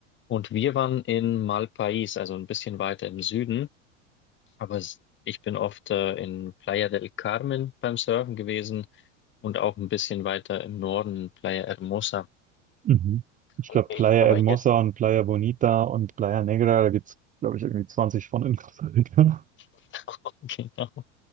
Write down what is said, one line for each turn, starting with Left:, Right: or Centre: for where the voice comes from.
Left: und wir waren in Malpaís, also ein bisschen weiter im Süden, aber s- ich bin oft äh, in Playa del Carmen beim Surfen gewesen und auch ein bisschen weiter im Norden, Playa Hermosa.
Right: Mhm. Ich
Left: Kann
Right: glaube,
Left: mich
Right: Playa
Left: aber
Right: Hermosa
Left: jetzt,
Right: und Playa Bonita und Playa Negra, da gibt's glaube ich, irgendwie 20 von in Costa Rica. <laughs>
Left: <laughs> genau.